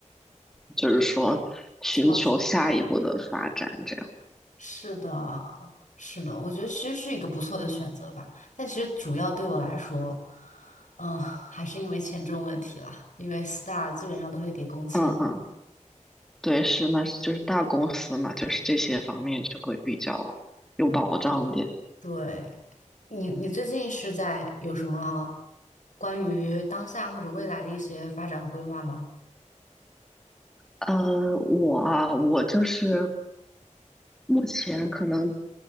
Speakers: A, in the centre; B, on the left.
A: 就是说寻求下一步的发展这样。
B: 跳。是的，是的，我觉得其实是一个不错的选择吧。但其实主要对我来说，嗯、还是因为签证问题啦。因为四大基本上都会给工签，
A: 嗯嗯，对，是那是就是大公司嘛，就是这些方面就会比较有保障点。
B: 有这个人对，你你最近是在有什么关于当下或者未来的一些发展和规划吗？
A: 呃，我啊，我就是目前可能